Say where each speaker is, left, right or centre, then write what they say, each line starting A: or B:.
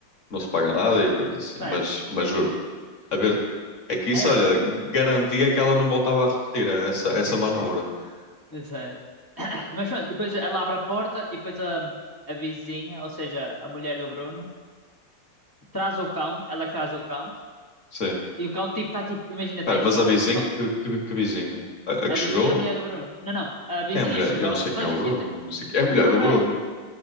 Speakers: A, on the left; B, on the left.
A: não se paga nada e coisas assim,
B: certo.
A: mas, mas juro-te. A ver, é que
B: É
A: isso,
B: verdade.
A: olha, garantia que ela não voltava a repetir essa, essa
B: <laughs>
A: manobra.
B: Mas é. Mas pronto, e depois ela abre a porta e depois a, a vizinha, ou seja, a mulher do Bruno, traz o cão, ela é que traz o cão,
A: Sim.
B: e o cão tipo está tipo, imagina,
A: Espera,
B: está em
A: mas
B: choque.
A: a vizinha,
B: O cão-
A: que, que, que vizinha? A, a
B: a
A: que chegou?
B: vizinha é a mulher do Bruno. Não, não. A vizinha
A: Quem é a mulher?
B: chegou,
A: Eu não sei
B: só
A: quem
B: existe
A: é o Bruno,
B: entre.
A: não sei quem é a mulher
B: O Bruno
A: do Bruno.
B: é.